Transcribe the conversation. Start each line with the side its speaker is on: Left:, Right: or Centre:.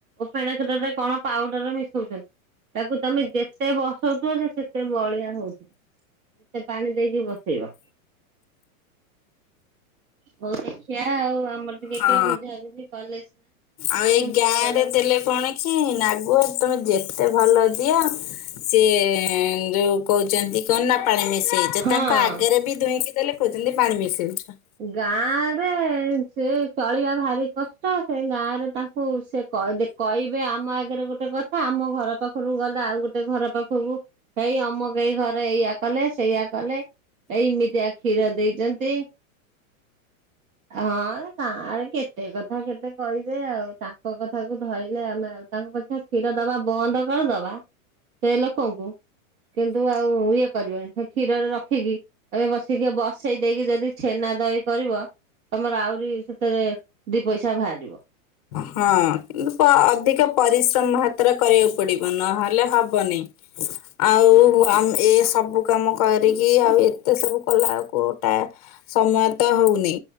Right: ଓମ୍ଫେଡେ କ୍ଷୀରରେ କ'ଣ ପାଉଡର ମିଶଉଛନ୍ତି? ତାକୁ ତମେ ଯେତେ ବସଉଥିବ ସେ ସେତେ ବହଳିଆ ହଉ <inaudible> ପାଣି ଦେଇକି ବସେଇବ। ହଉ ଦେଖିଆ ଆଉ ଆମର ଟିକିଏ
Left: ହଁ।
Right: କିଏ ବୁଝାବୁଝି କଲେ ସିନା।
Left: ଆଉ
Right: ସେ
Left: ଏଇ
Right: ଓମ୍ଫେଡ
Left: ଗାଁ
Right: ବାଲା
Left: ରେ ଦେଲେ କଣ କି <inaudible> ତମେ ଯେତେ ଭଲ ଦିଅ‌ ସିଏ ଯୋଉ କହୁଛନ୍ତି କଣନା ପାଣି ମିଶ ଦେଇଚ
Right: ହଁ
Left: ତାଙ୍କ ଆଗରେ ବି ଦୁହିଁକି ଦେଲେ କହୁଛନ୍ତି ପାଣି ମିଶେଇଦଉଛ।
Right: ଗାଁ ରେ ସେ ଚଳିବା ଭାରି କଷ୍ଟ ସେ ଗାଁ ରେ ତାଙ୍କୁ ସେ କ ଦେ କହିବେ ଆମ ଆଗରେ ଗୋଟେ କ ଆମ ଘର ପାଖରୁ ଗଲେ ଆଉ ଗୋଟେ ଘର ପାଖକୁ ହେଇ ଅମକେଇ ଘରେ ଏଇଆ କଲେ ସେଇଆ କଲେ ଏଇମିତିଆ କ୍ଷୀର ଦେଇଛନ୍ତି‌। ହଁ, ଗାଁ ରେ କେତେ କଥା କେତେ କହିବେ ଆଉ ତାଙ୍କ କଥାକୁ ଧଇଲେ ଆମେ ଆଉ ତାଙ୍କ ପ କ୍ଷୀର ଦବା ବନ୍ଦ କରିଦବା ସେଇ ଲୋକଙ୍କୁ କିନ୍ତୁ ଆଉ ଇଏ କରିବନି, ହେ କ୍ଷୀରରେ ରଖିକି ଏବେ ବସେଇ ଦିଏ ବସେଇ ଦେଇକି ଯଦି ଛେନା ଦହି କରିବ ତମର ଆହୁରି ସେଥିରେ ଦି ପଇସା ବାହାରିବ।
Left: ହଁ, କିନ୍ତୁ ପ ଅଧିକ ପରିଶ୍ରମ ହାତରେ କରିବାକୁ ପଡିବ ନହେଲେ ହବନି। ଆଉ ଆମ୍ ଏ ସବୁ କାମ କରିକି ଆଉ ଏତେ ସବୁ କଲାବେଳକୁ ଟା ସମୟ ତ ହଉନି